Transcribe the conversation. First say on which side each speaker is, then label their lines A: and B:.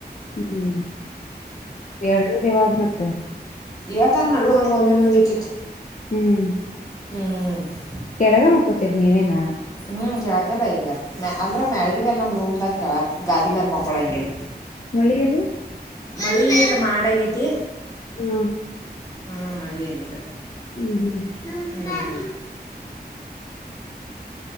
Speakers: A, on the left; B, on the left.
A: ಹ್ಮ್ ಎರ ಇವಾಗ ಮತ್ತೆ
B: ಯಾವತ ನಡು ಹಂ ಒಮ್ಮೆ ಮುಂದ ಇಟ್ಟಿತ್ತು
A: ಹ್ಮ್
B: ಹ್ಮ್
A: ಕೆಡಗ ಮಕ್ಕೋತಿರಿ ನೀವೇನ
B: ಹ್ಮ್ ಕೆಳಕಲ್ಲ ಈಗ ಮ ಅಂದ್ರ ಮ್ಯಾಳ್ಗ ಮೇಲ್ ನಮ್ಮ ರೂಮ್ದಾಗ ಕೆಳಕ್ ಗಾದಿ ಮ್ಯಾಲ ಮಕ್ಕೊಳಂಗಿಲ್
A: ಮಳೆಯದು
B: ಮಳಿ ಎಲ್ಲ ಮಾಡಗೇತಿ
A: ಹ್ಮ
B: ಹಾ ಮಳೆಯನ್ನು ಇಲ್ಲ
A: ಹ್ಮ್ ಹ್ಮ್
B: ಹ ಹ್ಮ